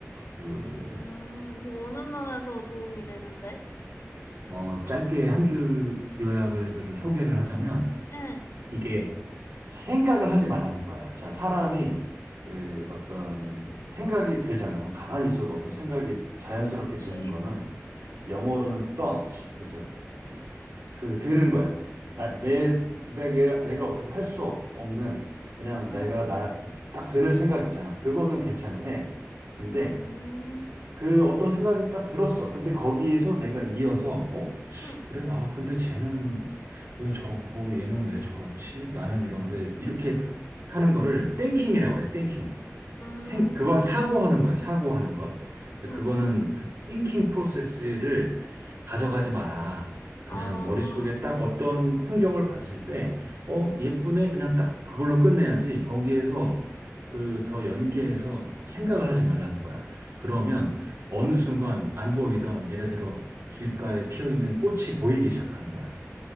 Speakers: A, on the right; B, on the left.
A: 그,
B: 음, 뭐 어느 면에서 도움이 되는데?
A: 어, 짧게 한 줄 요약을 해서 좀 소개를 하자면,
B: 응.
A: 이게 생각을 하지 말라는 거야. 자, 사람이 그 어떤 생각이 들잖아. 가만히 있어도 어떤 생각이 자연스럽게
B: 그렇지?
A: 드는 거는 영어로는 touch. 그래서 그, 그 드는 거야. 나, 내, 내가, 내가 어떻게 할 수 없는 그냥 내가
B: 응.
A: 나, 딱 드는 생각 있잖아. 그거는 괜찮대. 근데
B: 음,
A: 그 어떤 생각이 딱 들었어. 근데 거기에서 내가 이어서 어?
B: 응.
A: 그래, 아, 근데 쟤는 왜 저렇고 얘는 왜 저렇지? 나는 이런데 이렇게 하는 거를 땡킹이라고 그래. 땡킹.
B: 음,
A: 생, 그건 사고하는 거야, 사고하는 것. 근데
B: 응.
A: 그거는 그 thinking process를 가져가지 마라. 그냥
B: 아,
A: 머릿속에 딱 어떤 풍경을 봤을 때, 어, 예쁘네. 그냥 딱 그걸로 끝내야지. 거기에서 그 더 연계해서 생각을 하지 말라는 거야. 그러면 어느 순간 안 보이던, 예를 들어 길가에
B: 응.
A: 피어 있는 꽃이 보이기 시작하는 거야.